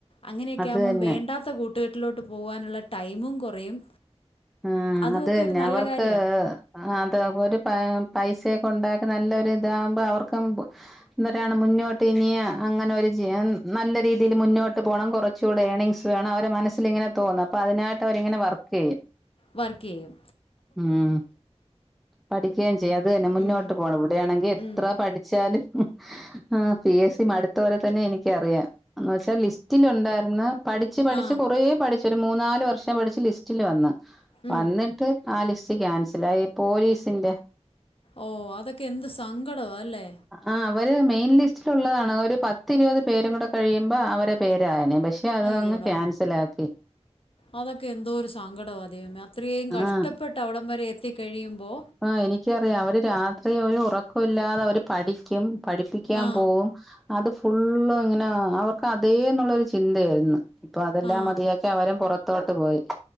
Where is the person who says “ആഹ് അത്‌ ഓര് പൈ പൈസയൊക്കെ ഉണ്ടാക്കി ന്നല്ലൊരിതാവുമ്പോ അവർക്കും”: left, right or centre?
Centre